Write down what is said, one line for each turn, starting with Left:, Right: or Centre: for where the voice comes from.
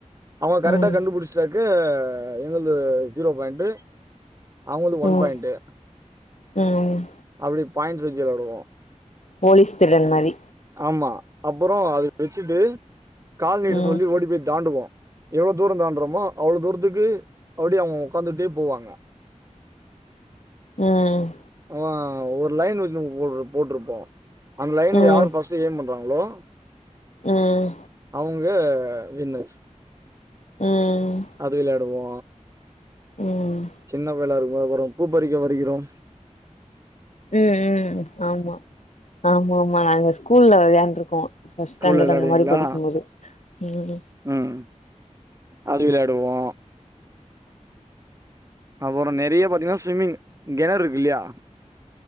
Right: அவங்க கரெக்டா
Left: ம்
Right: கண்டுபுடிச் சாக்கு எங்கள்து ஜீரோ பாயிண்ட்டு அவங்களுக்கு ஒன்
Left: ம்
Right: பாயிண்ட்டு
Left: ம்
Right: அப்டி பாய்ன்ட்ஸ் வச்சு விளாடுவோ
Left: போலீஸ் திருடன் மாதி
Right: ஆமா அப்புற அது வச்சுட்டு கால்நீட்ட
Left: ம்
Right: சொல்லி ஓடி போய் தாண்டுவோ எவ்ளோ தூரோ தாண்டுறோமோ அவ்ளோ தூரத்துக்கு அப்டியே அவுங்க உக்காந்துட்டே போவாங்க
Left: ம்
Right: அ ஒரு லைன் <unintelligible> போ போட்டிருப்போ அந்த லைன்
Left: ம்
Right: யாரு ஃபர்ஸ்ட்டு ஏம் பண்றாங்களோ
Left: ம்
Right: அவுங்க வின்னு
Left: ம் ம்
Right: அது விளாடுவோ
Left: ம்
Right: சின்ன பயல இருக்குபோது அப்றோ பூப்பறிக்க வருகிறோம்
Left: ம் ம் ஆமா ஆமா ஆமா நாங்க ஸ்கூல்ல வெளாயாண்ருக்கோ ஃபர்ஸ்ட்
Right: ஸ்கூல்ல
Left: ஸ்டாண்டர்ட்
Right: விளையாடுவீங்களா
Left: அந்த மாரி படிக்கும் போது ம்
Right: ம் அது விளாடுவோ அப்புற நெறைய பாத்தீங்கன்னா ஸ்விம்மிங் கெணறு இருக்கில்லயா